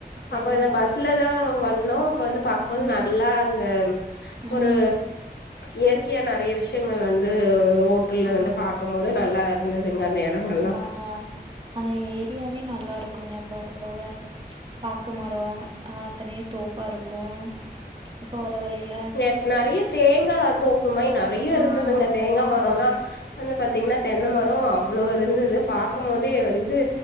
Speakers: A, on the right (about 30°); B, on the left (about 80°).
A: சரிங்க
B: அப்ப இந்த பஸ்லதா வந்தோ அப்ப வந்து பாக்கும்போது
A: ம்
B: நல்லா அந்த ஒரு
A: ம்
B: இயற்கையா நெறைய விஷ்யங்கள் வந்து ரோட்டுல
A: ஆ
B: வந்து பாக்கும்போது நல்லா இரு ந்ததுங்க அந்த எடங்கல்லா
A: அ அந்த ஏரியாவே நல்லாருக்குங்க போக போக பாக்கு மரோ அ அத்தனயோ தோப்பாருக்கோ அப்ப வர வழில்
B: நேத் நெறைய தேங்கா தோப்புமாய் நெறைய இருந்ததுங்க
A: ஆ
B: தேங்கா
A: ஆமாங்க.
B: மரோல்லா வந்து பாத்தீங்ன்னா தென்னமரோ
A: ம்,
B: அவ்ளோ இருந்தது பாக்கு போதே வந்து